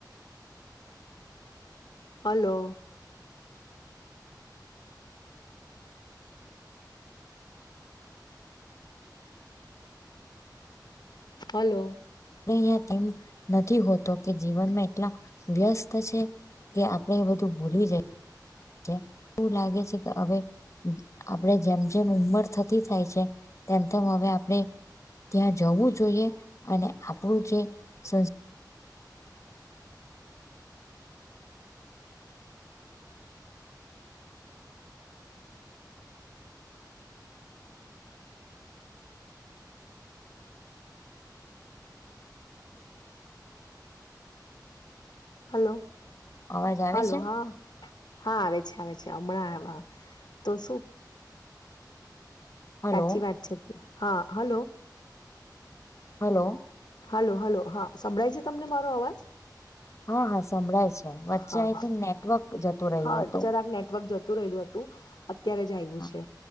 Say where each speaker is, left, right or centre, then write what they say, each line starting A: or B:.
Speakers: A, on the left (about 70°); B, on the left (about 40°).
A: Hello. Hello.
B: અહ <unintelligible> કેમ નથી હોતો કે જીવનમાં એટલા વ્યસ્ત છે. કે આપણે એ બધું ભૂલી જાય એ એવું લાગે છે કે હવે આપડે જેમ જેમ ઉંમર થતી થાય છે તેમ તેમ હવે આપણે ત્યાં જવું જોઈએ અને આપણું જે સંસ્
A: હલો
B: અવાજ આવે
A: હલો
B: છે
A: હા. હા આવે છે આવે છે હમણાં તો શું?
B: હલો
A: સાચી વાત છે હા હલો.
B: હલો
A: હલો હલો હા સંભળાય છે તમને મારો અવાજ?
B: હા હા સંભળાય છે વચ્ચે
A: હા
B: આઈ
A: હ
B: થિંક નેટવર્ક જતું રહ્યું
A: હા
B: હતું
A: જરાક નેટવર્ક જતું રહેલું હતું તું અત્યારે જ આવ્યું
B: હા
A: છે